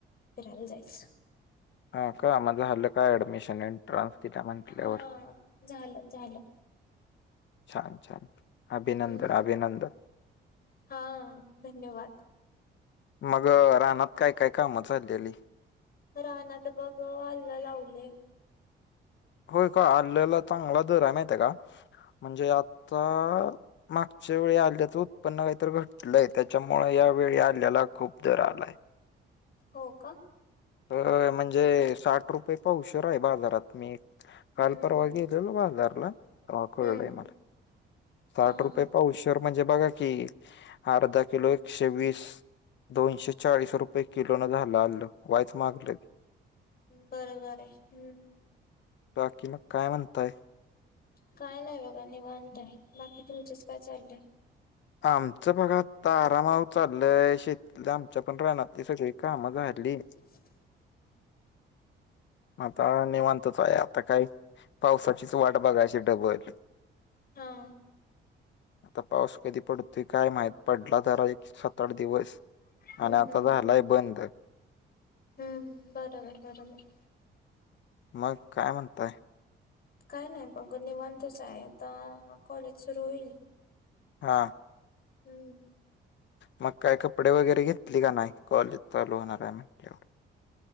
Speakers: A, on the left; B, on the left.
A: फिरायला जायच.
B: हा का माझं हल्लं काय ऍडमिशन एंट्रन्स तिला म्हटल्यावर
A: हा झालं झालं.
B: छान छान अभिनंदन
A: हम्म
B: अभिनंदन.
A: हा धन्यवाद.
B: मग राहनात काय काय काम चाललीली.
A: राहना तर बघ हल्लं लावले.
B: होय का आलेला चांगला दर आहे माहित आहे का? म्हणजे आता मागच्या वेळी आल्याचं उत्पन्न काहीत घटत. लय त्याच्यामुळे या वेळी आल्याला खूप जर आलाय.
A: हो का?
B: अ म्हणजे साठ रुपये पावशर आहे बाजारात मी
A: हम्म
B: कालपरवा इल वादारला कोळड
A: हम्म
B: मला साठ
A: हा हा
B: रुपये
A: हा
B: पाऊस शवर म्हणजे बघा कि अर्धा किलो एकशे वीस दोनशे चाळीस रुपये किलो न झालं अल्ल वायच मागलं.
A: बरोबर आहे हम्.
B: बााकी मग कामम तय.
A: काय नाही बघा निीवांताय बाकी तुमचेच काय चाललंय.
B: आमचं भागात तारामाव चाललंय शे आमच्या पण रानातली सगळी काम झाली.
A: <unintelligible>
B: आता म्हणतचोय आता काही पावसाचीच वाट बघायची डबली.
A: हा.
B: आता पाऊस कधी पडतोय काय माह पडला जरा एक. सत आठ दिवस आणि
A: हम्म
B: आता झालाय बंद.
A: हम्म बरोबर बरोबर.
B: मग काय म्हणताय.
A: काय नाही बघ निवांतच आहे आता कॉलेज सुरू होईल.
B: हां.
A: हम्म.
B: मग काय कपडे वगैरे घेतले का नाही कॉलेज चालू होणार आहे म्हटल्यावर